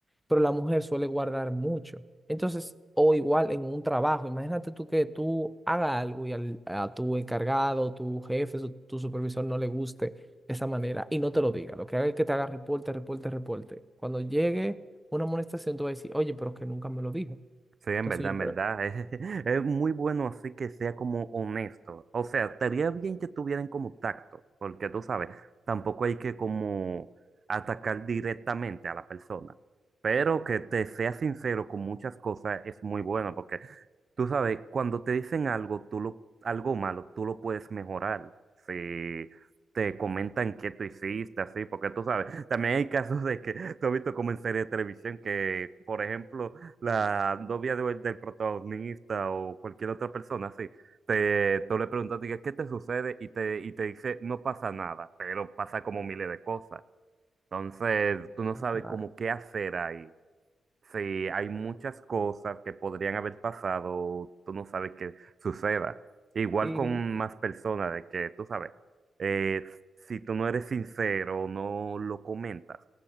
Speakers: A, in the centre; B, on the right (about 50°).
A: pero la mujer suele guardar mucho. Entonces, o igual en un trabajo, imagínate tú que tú hagas algo y al- a tu encargado, tu jefe, su- tu supervisor no le guste esa manera y no te lo diga. Lo que haga es que te haga reporte, reporte, reporte. Cuando llegue una amonestación, tú vas a decir, oye, pero es que nunca me lo dijo.
B: Sí, en
A: Entonces
B: verdad,
A: yo,
B: en verdad.
A: pero,
B: <laughs> Es, es muy bueno así que sea como honesto. O sea, estaría bien que tuvieran como tacto, porque tú sabes, tampoco hay que como atacar directamente a la persona. Pero que te sea sincero con muchas cosas es muy bueno, porque Tú sabes, cuando te dicen algo, tú lo, algo malo, tú lo puedes mejorar. Si te comentan qué tú hiciste, así, porque tú sabes, también hay casos de que <laughs> tú has visto como en series de televisión que, por ejemplo, la novia de- del protagonista o cualquier otra persona, así, te, tú le preguntas, diga, ¿qué te sucede? Y te, y te dice, no pasa nada, pero pasa como miles de cosas. Entonces, tú no sabes
A: ah,
B: cómo qué hacer ahí. Sí, hay muchas cosas que podrían haber pasado, tú no sabes qué suceda. Igual
A: y,
B: con más personas, de que tú sabes, eh, si tú no eres sincero, no lo comentas,